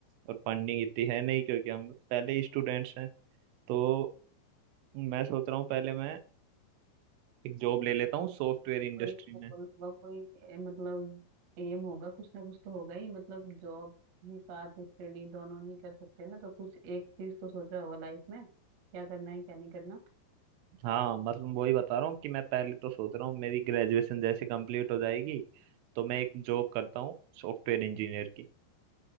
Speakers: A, on the right; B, on the right.
A: और फंडिंग इतनी है नहीं क्योंकि हम पहले स्टूडेंट्स हैं तो मैं सोच रहा हूँ पहले मैं एक जॉब ले लेता हूँ सॉफ्टवेयर इंडस्ट्री
B: कोई गोल
A: में
B: होगा कोई ए, मतलब एम होगा कुछ ना कुछ तो होगा ही मतलब जॉब भी साथ स्टडी दोनों नहीं कर सकते ना तो कुछ एक चीज तो सोचा होगा लाइफ में क्या करना है क्या नहीं करना
A: हाँ मतलब वही बता रहा हूँ कि मैं पहले तो सोच रहा हूँ मेरी ग्रेजुएशन जैसे कंप्लीट हो जाएगी तो मैं एक जॉब करता हूँ सॉफ्टवेयर इंजीनियर की